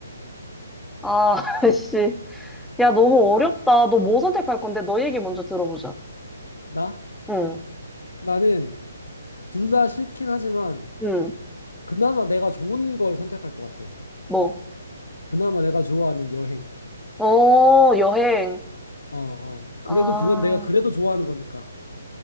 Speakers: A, in the centre; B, on the left (about 80°).
A: 아, <laughs>
B: 사,
A: 씨. 야, 너무 어렵다. 너 뭐 선택할 건데? 너 얘기 먼저 들어보자.
B: 나?
A: 응,
B: 나는 둘 다 싫긴 하지만,
A: 응,
B: 그나마 내가 좋은 걸 선택할 것 같아.
A: 뭐.
B: 그나마 내가 좋아하는 여행.
A: 어, 여행.
B: 어, 어. 그래도
A: 아,
B: 그건 내가 그래도 좋아하는 거니까